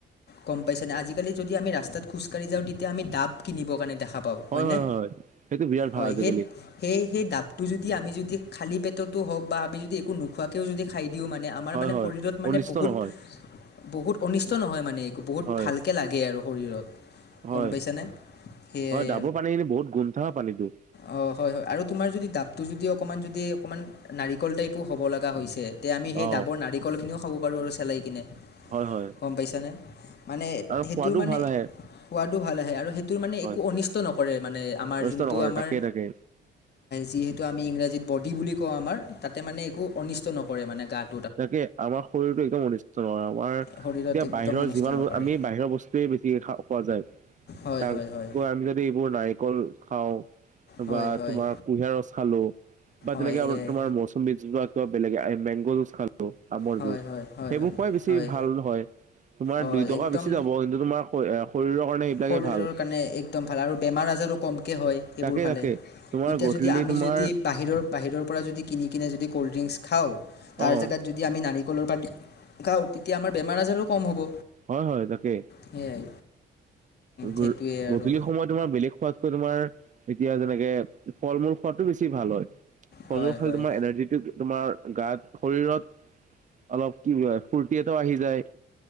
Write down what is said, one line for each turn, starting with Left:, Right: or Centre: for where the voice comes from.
Left: গ'ম পাইছেনেে আজিকালি যদি আমি ৰাস্তাত খোজকাঢ়ি যাওঁ তেতিয়া আমি ডাব কিনিব কাৰণে দেখা পাওঁ। পাওঁ
Right: হয়
Left: হয়নে
Right: হয় হয় সেইটো বিৰাট ভাল
Left: হয়
Right: আজিকালি
Left: সেই সেই সেই ডাবটো যদি আমি যদি খালী পেটতো হওঁক বা আমি যদি একো খোৱাকৈও যদি খাই দিওঁ মানে আমাৰ
Right: হয়
Left: মানে
Right: হয়
Left: শৰীৰত মানে
Right: অনিষ্ট
Left: বহুত
Right: নহয়
Left: বহুত অনিষ্ট নহয় মানে, একো বহুত
Right: হয়
Left: ভালকে লাগে আৰু শৰীৰত
Right: হয়,
Left: গম পাইছানে সেয়াই
Right: হয় ডাবৰ পানীখিনি বহুত গুন থকা পানীতটো
Left: অ', হয়, হয় আৰু তোমাৰ যদি ডাবটো যদি অকণমান যদি অকণমান নাৰিকল টাইপো হ'ব লগা হৈছে তে হেই আমি সেই
Right: অ
Left: ডাবৰ নাৰিকলখিনিও খাব পাৰোঁ আৰু চেলাই কিনে
Right: হয় হয়
Left: গ'ম পাইছানে, মানে
Right: আৰু
Left: সেইটোৰ
Right: সোৱাদো
Left: মানে
Right: ভাল আহে
Left: খোৱাদও ভাল আহে আৰু সেইটো মানে
Right: হয়
Left: একো অনিষ্ট নকৰে মানে আমাৰ
Right: অনিষ্ট
Left: যোনটো
Right: নকৰে
Left: আমাৰ
Right: তাকে তাকে
Left: যিহেতু আমি ইংৰাজীত বডি বুলি কওঁ আমাৰ তাতে মানে একো অনিষ্ট নকৰে মানে গাত
Right: তাকে আমাৰ শৰীৰটো একদম অনিষ্ট নহয় আমাৰ
Left: শৰীৰত
Right: এতিয়া
Left: একদম
Right: বাহিৰৰ
Left: অনিষ্ট
Right: যিমান
Left: নকৰে
Right: আমি বাহিৰৰ বস্তুৱে বেছিকে খা খোৱা যায়।
Left: হয়
Right: তাতেকৈ
Left: হয় হয়
Right: আমি যদি এইবোৰ নাৰিকল খাওঁ
Left: হয়
Right: বা
Left: হয়
Right: তোমাৰ কুঁহিয়াৰ ৰস খালোঁ বা তেনেকে
Left: হয় সেয়াই
Right: তোমাৰ মৌচুমী যিবাক বেলেগ আৰু মেংগ' জোছ আমৰ
Left: হয়
Right: জুজ
Left: হয় হয়
Right: সেইবোৰ
Left: হয়
Right: খুৱাই বেছি
Left: হয়
Right: ভাল হয়, তোমাৰ
Left: অঁ
Right: দুই টকা
Left: একদম
Right: বেছি যাব কিন্তু তোমাৰ শৰীৰৰ কাৰণে সেইবিলাকে
Left: শৰীৰৰ
Right: ভাল
Left: কাৰণে একদম ভাল, আৰু বেমাৰ আজাৰো কমকে হয় এইবোৰ
Right: তাকে
Left: খালে।
Right: তাকে তোমাৰ
Left: এতিয়া
Right: গধূলি
Left: যদি আমি
Right: তোমাৰ
Left: যদি বাহিৰৰ বাহিৰৰ পৰা যদি কিনি কিনে যদি ক'ল্ড ড্ৰিংকছ খাওঁ
Right: অ',
Left: তাৰ জেগাত যদি আমি নাৰিকলৰ তেতিয়া আমাৰ বেমাৰ আজাৰো কম হ'ব।
Right: হয়, হয় তাকে।
Left: সেয়াই।
Right: গধূলি
Left: সেইটোৱে আৰু
Right: সময়ত তোমাৰ বেলেগ খোৱাতকৈ তোমাৰ এতিয়া যেনেকে ফল -মূল খোৱাতটো বেছি ভাল হয়। ফল-
Left: হয়
Right: মূল খালে
Left: হয়
Right: তোমাৰ এনাৰ্জিটো তোমাৰ গাত শৰীৰত অলপ কি ফূুৰ্তি এটাও আহি যায়,